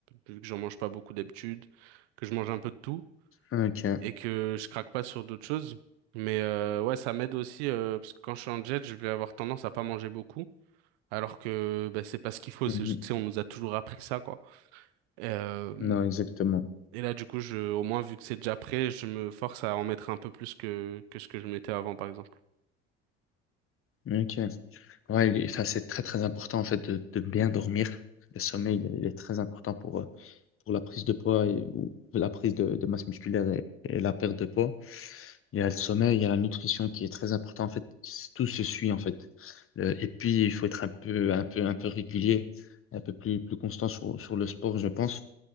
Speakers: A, on the right; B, on the left.
A: vu que j'en mange pas beaucoup d'habitude, que je mange un peu de tout
B: ok.
A: et que je craque pas sur d'autres choses. Mais euh, ouais, ça m'aide aussi euh, parce que quand je suis en jet, je vais avoir tendance à pas manger beaucoup, alors que bah, c'est pas ce qu'il faut.
B: Mhm.
A: C'est, juste- tu sais, on nous a toujours appris ça, quoi. Euh,
B: Non, exactement.
A: et là, du coup, je, au moins, vu que c'est déjà prêt, je me force à en mettre un peu plus que, que ce que je mettais avant, par exemple.
B: Ok. Ouais, il enfin, c'est très très important en fait de, de bien dormir. Le sommeil, il est il est très important pour, euh, pour la prise de poids et, ou la prise de, de masse musculaire et, et la perte de poids. Il y a le sommeil, il y a la nutrition qui est très important en fait. c- Tout se suit en fait. Euh, et puis il faut être un peu un peu un peu régulier, un peu plus plus constant sur, sur le sport, je pense.